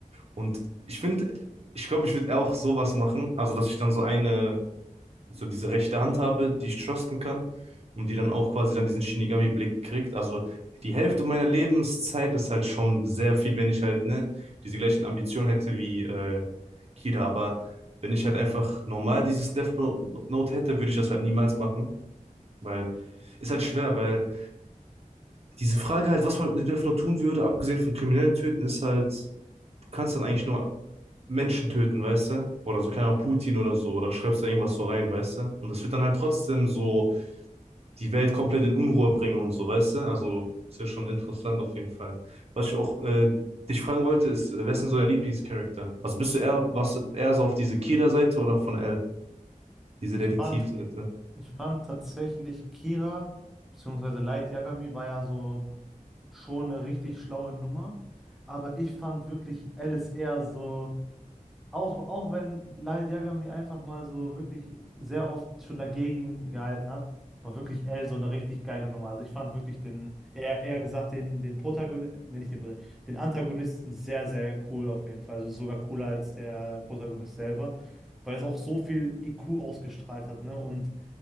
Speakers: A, on the right; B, in the centre.
A: und ich finde, ich glaube, ich würde auch sowas machen, also, dass ich dann so eine so diese rechte Hand habe, die ich trusten kann und die dann auch quasi dann diesen Shinigami-Blick kriegt. Also die Hälfte meiner Lebenszeit ist halt schon sehr viel, wenn ich halt ne, diese gleichen Ambitionen hätte wie äh, Kira. Aber wenn ich halt einfach normal dieses Death Note Note hätte, würde ich das halt niemals machen, weil ist halt schwer, weil diese Frage halt, was man mit Death Note tun würde, abgesehen von Kriminellen töten, ist halt, du kannst dann eigentlich nur Menschen töten, weißt du? Oder so, keine Ahnung, Putin oder so, oder schreibst da irgendwas so rein, weißt du? Und das wird dann halt trotzdem so die Welt komplett in Unruhe bringen und so, weißt du? Also ist ja schon interessant auf jeden Fall. Was ich auch äh, dich fragen wollte, ist, äh, wer ist denn so dein Lieblingscharakter? Also bist du eher, was eher so auf diese Kira-Seite oder von L, diese
B: Ich
A: Detektivseite?
B: fand, ich fand tatsächlich Kira, beziehungsweise Light Yagami war ja so schon eine richtig schlaue Nummer, aber ich fand wirklich Alice eher so. Auch, auch wenn Light Yagami einfach mal so wirklich sehr oft schon dagegen gehalten hat, war wirklich L so eine richtig geile Nummer. Also ich fand wirklich den, eher, eher gesagt, den, den Protagonisten, nee, nicht den Protagonisten, den Antagonisten sehr, sehr cool auf jeden Fall. Also sogar cooler als der Protagonist selber, weil es auch so viel IQ ausgestrahlt hat, ne? Und